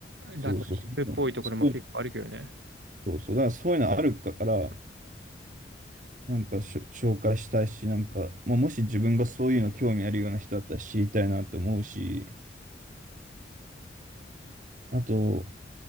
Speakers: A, on the right (about 45°); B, on the right (about 85°).
A: そうそうそう。
B: ラトニンムっぽいところも結構あるけどね。
A: そういうそうそう。だからそういうのあるから、なんかしょ紹介したいし、なんか、まあ、もし自分がそういうの興味あるような人だったら知りたいなって思うし、あと、